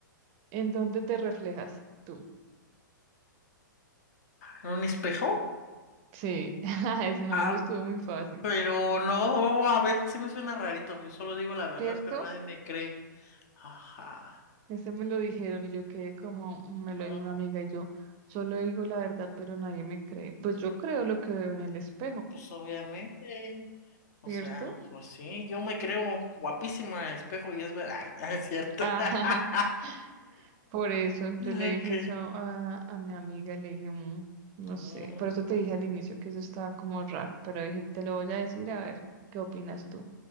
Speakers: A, on the right; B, on the left.
A: ¿en dónde te reflejas tú?
B: ¿Un espejo?
A: Sí, <laughs> es- no,
B: Ah,
A: eso estuvo muy fácil.
B: pero no, a ver, sí me suena rarito. Yo solo digo la verdad,
A: ¿Cierto?
B: pero nadie me cree. Ajá.
A: Ese me lo dijeron y yo quedé como mm, me lo
B: Mm,
A: dijo una amiga y yo solo digo la verdad, pero nadie me cree. Pues yo creo lo que veo en el espejo,
B: Pues obviamente. O
A: ¿cierto?
B: sea, pues sí, yo me creo guapísimo en el espejo y es verdad, <laughs> es cierto.
A: <laughs>
B: <laughs>
A: Por eso
B: Ok.
A: yo le dije eso a, a mi amiga, le dije, "Mm, no
B: Mm,
A: sé, por eso te dije al inicio que eso estaba como raro, pero dije, te lo voy a decir a ver qué opinas tú.